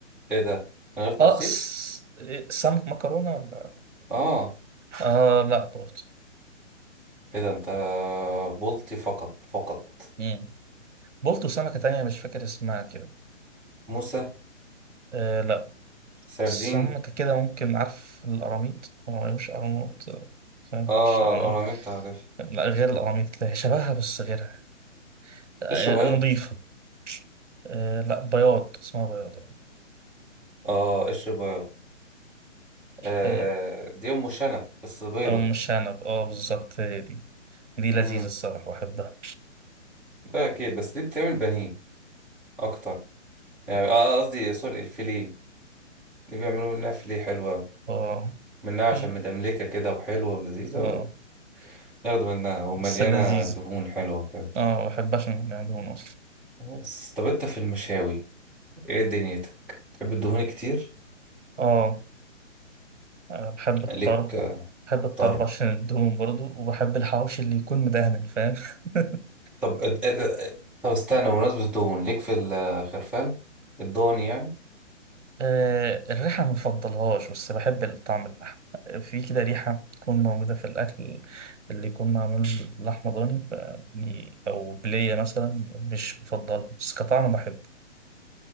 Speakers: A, in the centre; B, on the right (about 70°).
A: ايه ده من غير تفصيص
B: آه س- إيه، سمك مكرونة ولا
A: اه
B: آه لا برضه
A: ايه ده انت بولتي فقط فقط
B: مم. بلطي وسمكة تانية مش فاكر اسمها كده
A: موسى
B: آه لا
A: سردين
B: سمكة كده ممكن عارف القراميط هو مش قراميط آه، فاهم
A: اه
B: مش قراميط
A: القراميط تعرف
B: لا غير القراميط كده هي شبهها بس غيرها آه،
A: قشر بياض
B: نظيفة آه، لا بياض اسمها بياض يعني
A: اه قشر بياض آه
B: آه،
A: دي ام شنب بس بيضة
B: أو مش شنب اه بالظبط هي دي دي
A: امم
B: لذيذة الصراحة بحبها
A: ده اكيد بس دي بتعمل بانيه اكتر يعني آه، قصدي سوري الفيليه دي بيعملوا منها فيليه حلوة أوي.
B: اه
A: منها عشان
B: مم.
A: مدملكة كده وحلوة ولذيذة
B: اه
A: ياخدوا منها ومليانة
B: بس لذيذة
A: دهون حلوة كده
B: اه بحبها عشان يعني دهون أصلا
A: بس طب انت في المشاوي ايه دنيتك؟ تحب الدهون كتير؟
B: اه آه، بحب الطرب
A: ليك
B: بحب الطرب
A: طرب
B: عشان الدهون برضو وبحب الحواوشي اللي يكون مدهن فاهم <laughs>
A: طب اد- اد- اد- طب استنى بمناسبة الدهون ليك في الخرفان الضاني يعني
B: آه، الريحة ما بفضلهاش بس بحب الطعم اللحم في كده ريحة تكون موجودة في الأكل اللي يكون معمول لحمة ضاني ف- أو بلية مثلا مش بفضلها بس كطعم بحبه